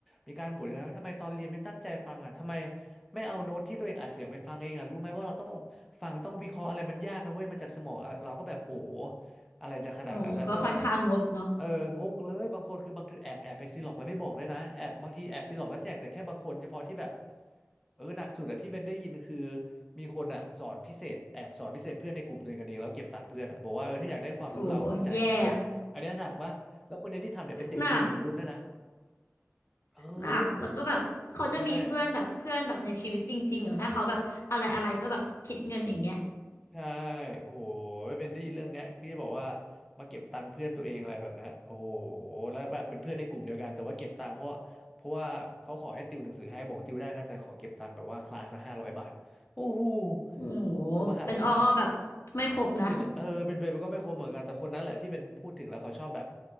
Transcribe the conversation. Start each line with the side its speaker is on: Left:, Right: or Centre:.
Centre: มีการบ่นเลยนะทำไมตอนเรียนไม่ตั้งใจฟังอ่ะทำไม ไม่เอาโน้ตที่ตัวเองอัดเสียงไปฟังเองอ่ะรู้ไหมว่าเราต้องฟังต้องวิเคราะห์อะไรมันยากนะเว้ยมันจากสมองอ่ะเราก็แบบโหอะไรจะขนาดนั้นอ่ะก็แบบ
Left: โอ้ก็ค่อนข้างงกเนาะ
Centre: เอองกเลยบางคนคือบางทีแอบแอบไปซีล็อกแล้วไม่บอกเลยนะแอบบางทีแอบซีล็อกแล้วแจกแต่แค่บางคนเฉพาะที่แบบเออหนักสุดอะที่เบนได้ยินคือมีคนอ่ะสอนพิเศษแอบสอนพิเศษเพื่อนในกลุ่มตัวเองกันเองแล้วเก็บตังค์เพื่อนอ่ะบอกว่าเออถ้าอยากได้ความรู้เราก็ต้องจ่ายเงินด้วยนะอันเนี้ยหนักปะแล้วคนในที่ทำเนี่ยเป็นเด็กทุนของรุ่นด้วยนะ
Left: โอ้แย่อะหนัก
Centre: เอ
Left: หนักแล้วก็แบบเขาจะมีเพื่อนแบบเพื่อนแบบในชีวิตจริงๆเหรอถ้าเขาแบบอะไรอะไรก็แบบคิดเงินอย่างเงี้ย
Centre: อใช่ ใช่โอ้โหเป็นได้ยินเรื่องเนี้ยคือที่บอกว่ามาเก็บตังค์เพื่อนตัวเองอะไรแบบเนี้ยโอ้โหแล้วแบบเป็นเพื่อนในกลุ่มเดียวกันแต่ว่าเก็บตังค์เพราะเพราะว่าเขาขอให้ติวหนังสือให้บอกติวได้นะแต่ขอเก็บตังค์แบบว่าคลาสละห้าร้อยบาทโอ้โห
Left: โอ้โหเป็นอ้ออ้อแบบไม่ครบนะ
Centre: โอ้โหมหาละฮะคือเออเป็นเบนมันก็ไม่คมเหมือนกันแต่คนนั้นแหละที่เป็นพูดถึงแล้วเขาชอบแบบ